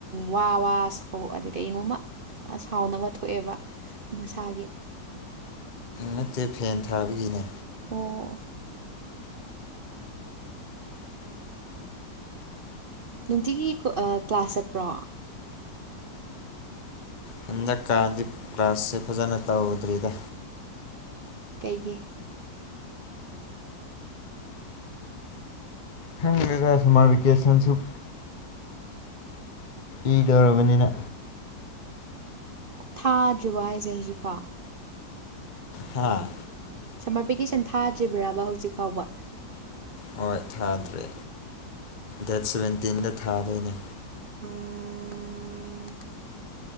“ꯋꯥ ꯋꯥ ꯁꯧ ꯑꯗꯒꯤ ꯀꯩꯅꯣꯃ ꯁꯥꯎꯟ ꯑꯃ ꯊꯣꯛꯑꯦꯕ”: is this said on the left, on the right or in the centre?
Right